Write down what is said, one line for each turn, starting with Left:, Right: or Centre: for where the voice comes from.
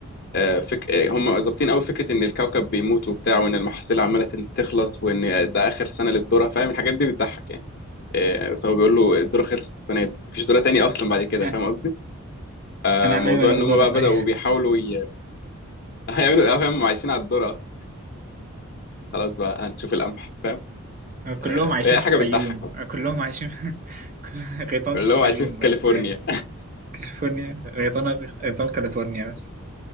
Left: آه، فك... آه، هم ظابطين قوي فكره ان الكوكب بيموت وبتاع وان المحاصيل عماله تن- تخلص وان ده اخر سنه للذره فاهم الحاجات دي بتضحك يعني آه، بس هو بيقول له الذره خلصت السنه دي مفيش ذره تاني اصلا بعد كده
Right: <laughs>
Left: فاهم قصدي آه،
Right: هنعمل
Left: موضوع
Right: ايه من غير
Left: ان
Right: دورة
Left: هم بقى
Right: طيب
Left: بداوا بيحاولوا ي... <laughs> هيعملوا آه، فاهم هم عايشين على الذره اصلا خلاص بقى هنشوف القمح فاهم آه،
Right: كلهم عايشين
Left: هي
Right: في
Left: حاجه
Right: الفيوم
Left: بتضحك
Right: كلهم عايشين في <laughs> كل- غيطان
Left: كلهم
Right: في الفيوم
Left: عايشين في
Right: بس
Left: كاليفورنيا
Right: كاليفورنيا غيطان غيطان كاليفورنيا بس